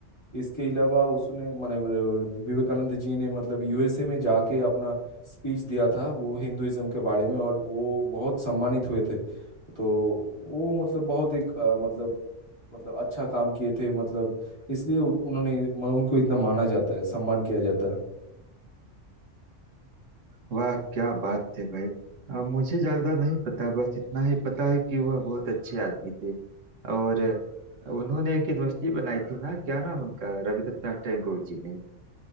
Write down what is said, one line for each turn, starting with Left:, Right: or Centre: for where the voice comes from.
Left: इसके अलावा उसने माने अ, विवेकानंद जी ने मतलब यूएसए में जाके अपना स्पीच दिया था वो हिंदुइज्म के बारे में और वो बहुत सम्मानित हुए थे तो वो मतलब बहुत एक अ, मतलब मतलब अच्छा काम किए थे मतलब इसलिए उ- उन्होंने म- उनको इतना माना जाता है सम्मान किया जाता है
Right: वाह क्या बात है भाई अ, मुझे ज्यादा नहीं पता बस इतना ही पता है कि वह बहुत अच्छे आदमी थे और अ, उन्होंने एक यूनिवर्सिटी बनाई थी ना क्या नाम उनका रविंद्रनाथ टैगोर जी ने